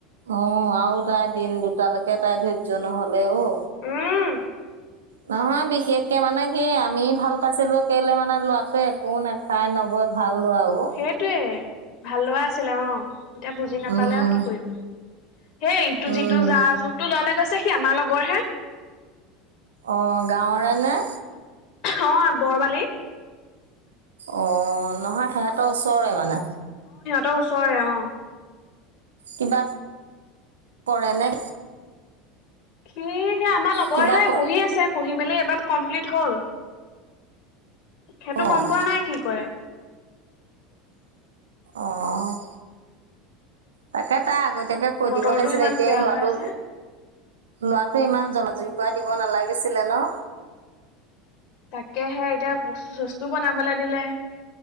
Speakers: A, on the right; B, on the left.
A: অ, আৰু তাই, দিন দুটালৈকে তাই ধৈৰ্য নহলে অ'।
B: উম
A: নহয়, বিশেষকে মানে কি আমি ভাল পাইছিলো কেলে মানে লৰাটোৱে একো নাখায় নবৈ ভাল। লৰা অ
B: সেইটোৱে ভাল লগা আছিলে অ'। এতিয়া বুজি নাপালে
A: উম
B: আৰু কি কৰিব হেই, ইটো
A: উম
B: যিটো যা যোনটো ললে। কৈছে সি আমাৰ লগৰ হে।
A: অ, গাঁৱৰে নে।
B: অ, বৰবালি।
A: অ, নহয় সিহঁতৰ ওচৰৰে মানে
B: টা ওচৰে অ'।
A: কিবা কৰে নে।
B: সি সেই আমাৰ লগৰহে
A: কিবা কৰ
B: পঢ়ি আছে, পঢ়ি মেলি এবাৰ কমপ্লিট হ'ল। সেইটো
A: অ',
B: গম পোৱা নাই, কি কৰে।
A: আহ, তাকে তাই আগতীয়াকে কৈ
B: বতৰটো
A: দিব লাগিছিলে
B: ইমান
A: এতিয়া
B: বেয়া
A: লোৱাটো
B: হৈ আছে
A: লৰাটো ইমান জাজৰিকৰা দিব নালাগিছিলে ন
B: তাকেহে এতিয়া ব্ত চস্তু বনাবলে দিলে